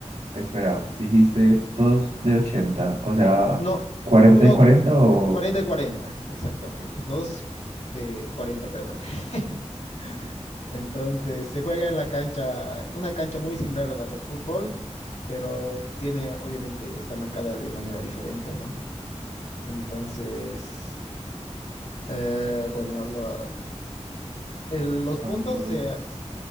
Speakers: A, on the right (about 70°); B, on the left (about 70°).
A: Espera, dijiste 2 de 80, o sea,
B: No,
A: cuarenta
B: uno
A: y cuarenta o...
B: 40 y 40, exactamente,
A: Ok, ok.
B: dos de 40, perdón. <laughs> Entonces, se juega en la cancha, una cancha muy similar a la de fútbol, pero tiene, obviamente, está marcada de manera diferente, ¿no? Entonces, eh, bueno, lo- el- los
A: ¿Cuántos?
B: puntos se,